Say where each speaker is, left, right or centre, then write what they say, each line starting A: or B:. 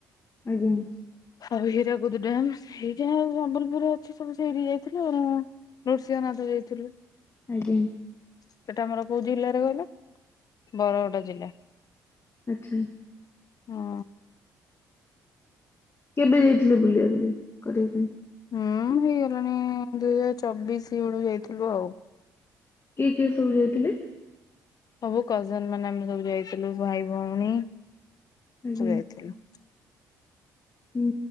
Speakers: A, on the left (about 35°); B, on the left (about 55°).
A: ଆଜ୍ଞା।
B: ଖାଲି ହୀରାକୁଦ ଡ଼୍ୟାମ ସେଇ ଯୋଉ ଆଉ ସମ୍ବଲପୁର ରେ ଅଛି ସବୁ ସେଇଠି କି ଯାଇଥିଲୁ ଆଉ। ନୃସିଂହନାଥ ଯାଇଥିଲୁ।
A: ଆଜ୍ଞା।
B: ସେଟା ଆମର କୋଉ ଜିଲ୍ଲାରେ କହିଲ? ବରଗଡ଼ା ଜିଲ୍ଲା
A: ଆଚ୍ଛା
B: ହୁଁ।
A: କେବେ ଯାଇଥିଲେ ବୁଲିବା ବୁଲି କରିବା ପାଇଁ?
B: ହୁଁ ହେଇଗଲାଣି ଦି ହଜାର ଚବିଶି ବେଳେ ଯାଇଥିଲୁ ଆଉ।
A: କିଏ କିଏ ସବୁ ଯାଇଥିଲେ?
B: ସବୁ କଜନ ମାନେ ଆମେ ସବୁ ଯାଇଥିଲୁ ଭାଇ ଭଉଣୀ
A: ଆଜ୍ଞା
B: ସବୁ ଯାଇଥିଲୁ।
A: ହୁଁ